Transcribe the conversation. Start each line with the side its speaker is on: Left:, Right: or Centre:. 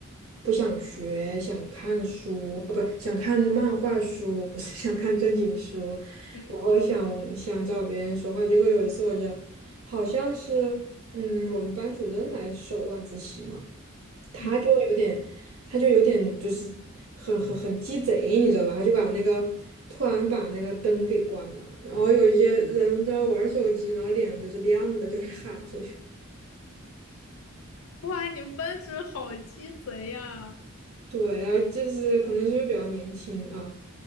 Right: 不想学，想看书，哦，不，想看漫画书，<laughs> 不是想看正经书，
Left: 嗯，
Right: 然后想想找别人说话。结果有一次，我就好像是，嗯，我们班主任来收晚自习嘛。他就有点，
Left: 嗯
Right: 他就有点就是很很很鸡贼，你知道吧？他就把那个突然把那个灯给关了，然后有一些人在玩手机，然后脸上就是亮的，就会喊出去。
Left: 哇，你们班主任好鸡贼呀！
Right: <laughs> 对，然后就是可能是因为比较年轻啊，